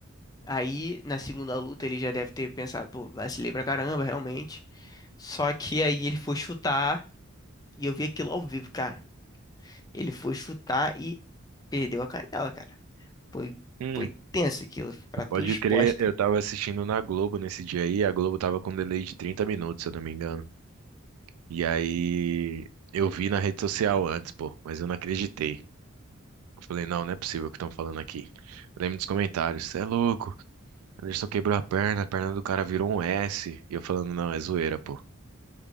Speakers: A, on the left (about 15°); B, on the right (about 85°).
A: Aí, na segunda luta, ele já deve ter pensado, pô, vacilei pra caramba, realmente. Só que aí ele foi chutar e eu vi aquilo ao vivo, cara. Ele foi chutar e perdeu a canela, cara. Foi,
B: Hum,
A: foi tenso aquilo, fratura
B: pode
A: exposta.
B: crer, eu tava assistindo na Globo nesse dia aí, a Globo tava com um delay de 30 minutos, se eu não me engano. E aí eu vi na rede social antes, pô, mas eu não acreditei. Eu falei, não, não é possível o que estão falando aqui. Eu lembro dos comentários, você é louco, Anderson quebrou a perna, a perna do cara virou um S. E eu falando, não, é zoeira, pô.